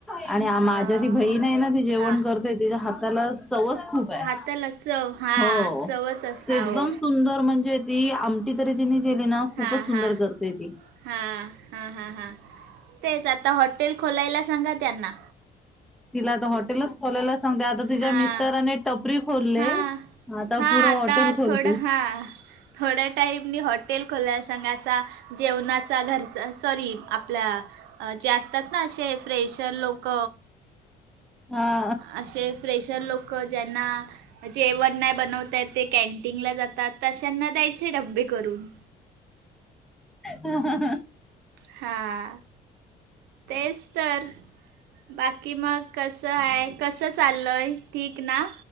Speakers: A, in the centre; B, on the right (about 85°).
A: आणि
B: अं,
A: माझ्या ती बहीण ना ती जेवण
B: हां
A: करते तिच्या हाताला चवच खूप आहे.
B: हाताला चव हां
A: हो
B: चवच अस हां
A: एकदम
B: हो
A: सुंदर म्हणजे ती आ. तरी तिने गेली ना खूपच
B: हां
A: सुंदर
B: हां
A: करते ती.
B: हां हां हां हां तेच आता हॉटेल खोलायला सांगा त्यांना.
A: तिला आता हॉटेलच खोलायला सांगते आता. तिच्या
B: हां
A: मिस्टरने टपरी खोलले
B: हां
A: आता
B: हां
A: पुढं
B: आता
A: हॉटेल खोलती.
B: थोडं हां थोड्या टाईमनी हॉटेल खोलाला सांगा असं. जेवणाचा घरचा सॉरी आपल्या. अ जास्तात ना असे फ्रेशर लोक.
A: हा.
B: असे फ्रेशर लोकं ज्यांना जे एवण नाही बनवत आहेत. ते कॅनटीन ला जातात तशांना द्यायचे डब्बे करून.
A: हो ह <unintelligible>
B: हां तेच तर. बाकी मग कस आहे कसं चाललय ठीक ना.